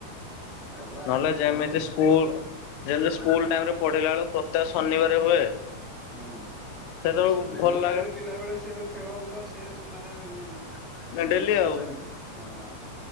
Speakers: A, in the centre; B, on the left.
A: ଗଲା
B: ନହେଲେ
A: ଆଉ
B: ଯେମିତି
A: ମୁଁ ତ
B: ସ୍କୁଲ ଯେମିତି
A: ହଁ
B: ସ୍କୁଲ ଟାଇମରେ ପଢିଲାବେଳୁ ପ୍ରତ୍ୟେକ ଶନିବାର ହୁଏ
A: ହୁଁ
B: ସେତେବେଳକୁ
A: ନାଇଁ ସ୍କୁଲ
B: ଭଲ
A: ଟାଇମରେ
B: ଲାଗେ
A: ପିଲାବେଳେ ସ ତ ଖେଳ ବୁଲ ସିଏ ମାନେ ଉଁ
B: ଡେଲି
A: ସେ
B: ଆଉ
A: ଚାଲିଥିବ ହଁ